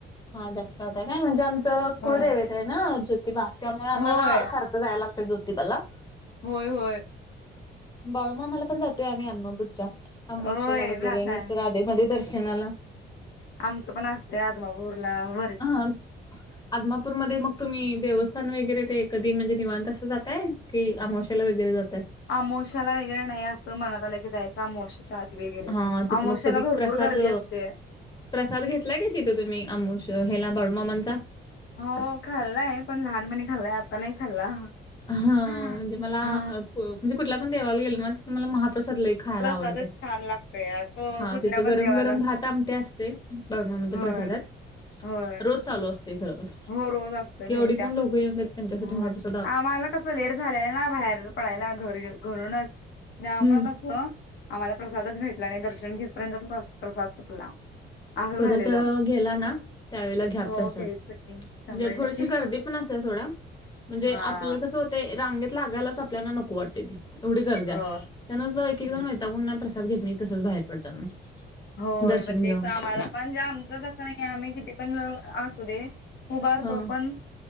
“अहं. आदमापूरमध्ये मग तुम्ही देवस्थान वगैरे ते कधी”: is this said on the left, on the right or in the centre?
Left